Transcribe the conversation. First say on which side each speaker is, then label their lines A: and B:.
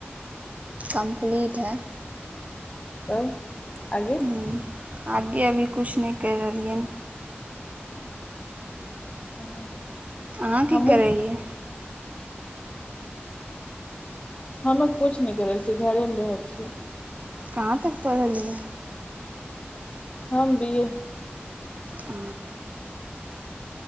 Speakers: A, on the right (about 35°); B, on the left (about 30°).
A: कम्प्लीट है।
B: ह। आगे।
A: हूँ आगे अभी किछु नहि करि रहलियनि।
B: ह
A: अहाँ की
B: हमक।
A: करै हियै
B: मे कछु नहि करै छियै घरे मे रहै छियै।
A: कहाँ तक पढ़लियै।
B: हम बीए।
A: आ।